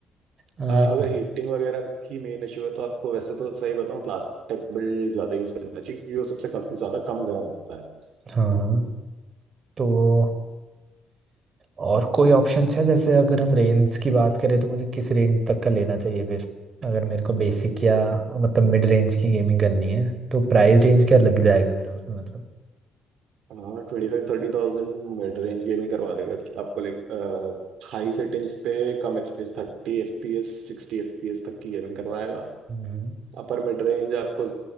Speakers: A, on the right (about 45°); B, on the right (about 75°).
A: हाँ,
B: अ, अगर हीटिंग वगैरह ही मेन इशू है तो आपको वैसे तो सही बताऊँ प्लास्टिक बिल्ड ज्यादा यूज करना चाहिए क्योंकि वो सबसे कम ज्यादा कम गर्म होता है
A: हाँ हाँ। तो और कोई ऑप्शंस है जैसे अगर हम रेंज की बात करें तो मुझे किस रेंज तक का लेना चाहिए फिर अगर मेरे को बेसिक या मतलब मिड रेंज की गेमिंग करनी है तो प्राइस रेंज क्या लग जाएगा मेरा उसमें मतलब
B: हाँ twenty five thirty thousand mid range gaming करवा देगा कि आपको लाइक हाई सेटिंग्स पे कम F P S thirty F P S sixty F P S तक की गेमिंग करवाएगा
A: हम्म,
B: अपर मिड रेंज आपको